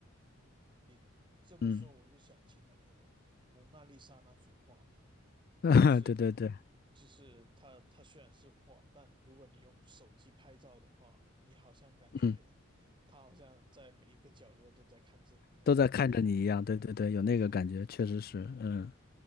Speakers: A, on the right (about 25°); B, on the left (about 45°).
A: 嗯，你这么说，
B: 嗯，
A: 我就想起那个蒙娜丽莎那幅画嘛，
B: <laughs>
A: 就是
B: 对对对，
A: 就是它它虽然是画，但如果你用手机拍照的话，你好像感觉
B: 嗯。
A: 它好像在每一个角落都在看着你的。
B: 都在看着你一样，对对对，有那个感觉，
A: 对，
B: 确实是，嗯，